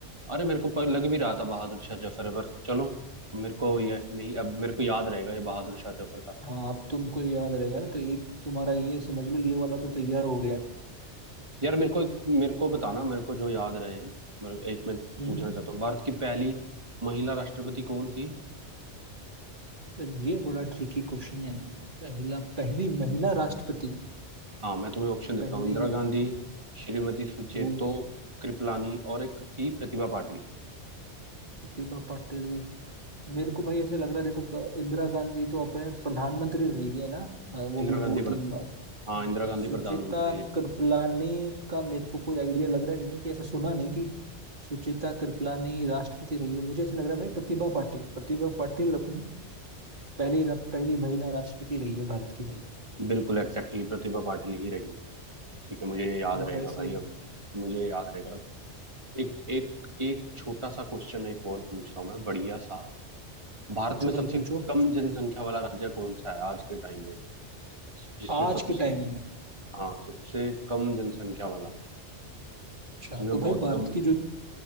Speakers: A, on the right; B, on the right.
A: अरे मेरे को पर लग भी रहा था बहादुर शाह जफर है पर चलो मेरे को यह नहीं अब मेरे को याद रहेगा ये बहादुर शाह जफर था
B: हाँ अब तुमको ये याद रहेगा ना तो एक तुम्हारा ये समझ लो ये वाला तो तैयार हो गया
A: यार मेरे को मेरे को बताना मेरे को जो याद रहे मेरे, एक मैं पूछना
B: हम्म
A: चाहता हूँ भारत की पहली महिला राष्ट्रपति कौन थी
B: यार ये बड़ा ट्रिकी क्वेश्चन है यार पहला पहली महिला राष्ट्रपति
A: हाँ मैं तुम्हें ऑप्शन देता
B: पहली
A: हूँ इंदिरा गांधी श्रीमती सुचेतो
B: वो
A: कृपलानी और एक थी प्रतिभा पाटिल
B: प्रतिभा पाटिल मेरे को भाई ऐसे लग रहा है देखो प- इंदिरा गांधी तो अपने प्रधानमंत्री रही है ना हाँ, वो
A: इंदिरा
B: भी
A: गांधी
B: दो
A: प्रधान
B: तीन बार
A: हाँ
B: हाँ
A: इंदिरा गांधी
B: सुचेता
A: प्रधानमंत्री रही है
B: कृपलानी का मेरे को कोई आइडिया लग रहा नहीं है कि ऐसा सुना नहीं कि सुचेता कृपलानी राष्ट्रपति रही है मुझे ऐसा लग रहा है भाई प्रतिभा पाटिल प्रतिभा पाटिल अपनी पहली रा- पहली महिला राष्ट्रपति रही है भारत की भाई
A: बिल्कुल एग्जैक्टली प्रतिभा पाटिल ही रही है ठीक है मुझे ये याद
B: है ना
A: रहेगा
B: भाई सही
A: भाई अब मुझे ये याद रहेगा एक एक एक छोटा सा क्वेश्चन एक और पूछता हूँ मैं बढ़िया सा भारत
B: पूछो
A: में
B: भाई
A: सबसे
B: पूछो
A: कम जनसंख्या वाला राज्य कौन सा है आज के टाइम में जिसमें
B: आज
A: सब
B: के टाइम में
A: हाँ सबसे कम जनसंख्या वाला
B: अच्छा
A: जिसमें
B: तो भाई
A: बहुत
B: भारत
A: कम
B: की जो